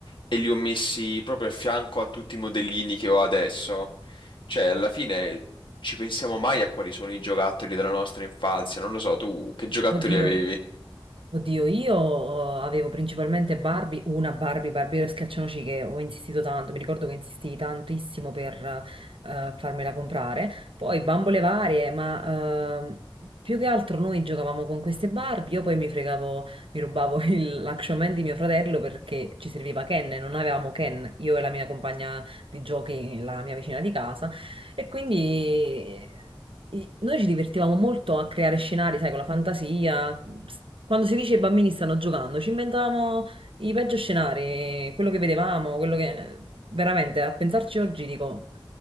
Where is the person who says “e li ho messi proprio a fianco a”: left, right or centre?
Left